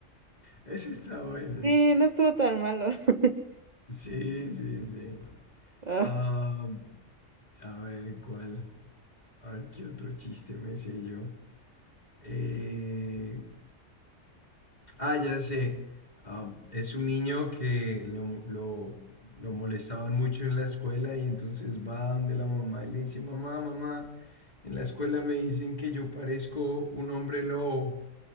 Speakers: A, on the left; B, on the right.
A: Ese está bueno.
B: Sí, no estuvo tan malo. <laughs>
A: Sí, sí, sí.
B: Ah.
A: Ah, a ver, ¿cuál? A ver, ¿qué otro chiste me sé yo? Eh, ah, ya sé. Ah, es un niño que lo, mo- lo, lo molestaban mucho en la escuela y entonces va donde la mamá y le dice, mamá, mamá, en la escuela me dicen que yo parezco un hombre lobo.